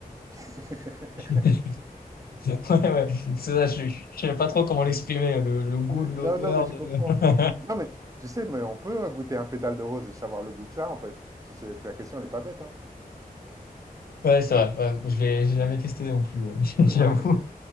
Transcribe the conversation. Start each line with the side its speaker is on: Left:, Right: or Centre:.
Right: <laughs>
Left: <laughs> Ouais, ouais. C'est ça, je ne sais pas trop comment l'exprimer, le, le goût
Right: Ouais,
Left: de l'odeur.
Right: Non, non, mais je
Left: De...
Right: comprends.
Left: <laughs>
Right: Non, mais tu sais, mais on peut hein, goûter un pétale de rose et savoir le goût que ça, en fait. Tu sais, ta question n'est pas bête, hein.
Left: Ouais, c'est vrai. Ouais, je l'ai j'ai jamais testé non plus, euh, <laughs> j'avoue.
Right: Ouais, la que-